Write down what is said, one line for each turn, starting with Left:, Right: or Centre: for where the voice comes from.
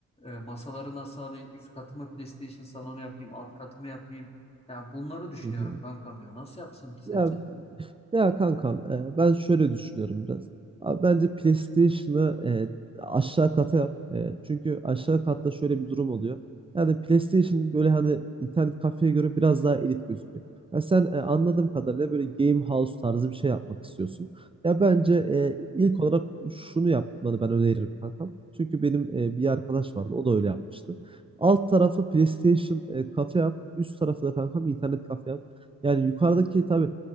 Left: e, masaları nasıl alayım? Üst katı mı PlayStation salonu yapayım? Alt katı mı yapayım? Ya bunları düşünüyorum
Right: hı hı.
Left: kankam ya. Nasıl yapsam ki
Right: Ya
Left: sence?
Right: ya kankam e, ben şöyle düşünüyorum biraz. Abi bence PlayStation'ı e, aşağı kata yap. E, çünkü aşağı katta şöyle bir durum oluyor. Yani PlayStation böyle hani internet kafeye göre biraz daha elit gözüküyor. Ya sen e, anladığım kadarıyla böyle game house tarzı bir şey yapmak istiyorsun. Ya bence e, ilk olarak şunu yapmanı ben öneririm kankam. Çünkü benim e, bir arkadaş vardı o da öyle yapmıştı. Alt tarafı PlayStation e, kafe yap. Üst tarafı da kankam internet kafe yap. Yani yukarıdaki tabii